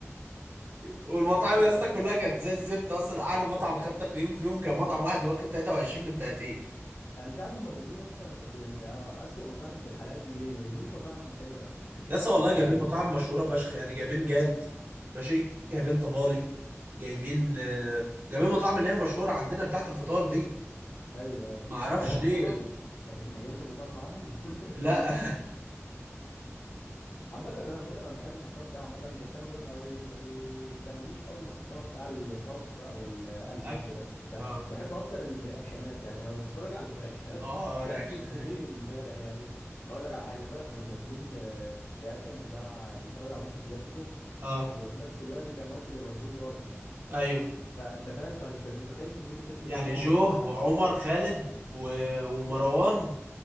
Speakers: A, on the right (about 50°); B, on the left (about 85°).
A: والمطاعم
B: لا بس
A: يا اسطى كلها كانت زي الزفت اصلا اعلى مطعم خد تقييم فيهم كان مطعم واحد واخد 23 من 30
B: انا مش عارف هما بيجيبوا بس تق- اسوأ مطاعم في الحلقات دي ليه ما بيجيبوش مطاعم حلوه
A: يا اسطى والله
B: يعني
A: جايبين مطاعم مشهوره فشخ يعني جايبين جاد ماشي جايبين طبالي جايبين آه، جايبين مطاعم اللي هي مشهوره عندنا بتاعت الفطار دي
B: ايوه ايوه
A: ما اعرفش
B: جابوا ابو
A: ليه
B: طه ما ج- ما جابوش ابو طه معاهم <laughs>
A: لا
B: عامة انا عامة انا بحب المحتوى بتاعه عامة بس انا ب- ما بي- ما بيستهونيش قوي المحتوى بتاع الطبخ او الاكل
A: <laughs> الاكل
B: وكده بح-
A: اه
B: بحب اكتر الرياكشنات يعني لو تتفرج على الرياكشنات
A: اه
B: <laughs> ضحك
A: رياكشن
B: السنين امبارح يعني اقول لك على حاجة امبارح كانوا منزلين آه، رياكشن بتاع بيتفرجوا على ماتش الكلاسيكو
A: اه
B: وفي نفس الوقت كان ماتش ليفربول وارسنال
A: ايوه
B: فانت فاهم فانت متخيل كمية الناس اللي
A: يعني
B: كانوا معاهم
A: جوه
B: في الحلقة
A: وعمر خالد و... ومروان